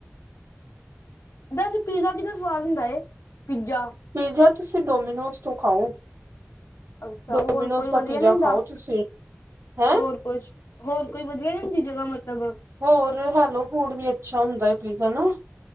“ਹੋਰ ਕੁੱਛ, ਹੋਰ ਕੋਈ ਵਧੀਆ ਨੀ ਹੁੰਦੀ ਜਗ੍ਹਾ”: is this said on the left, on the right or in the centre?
Left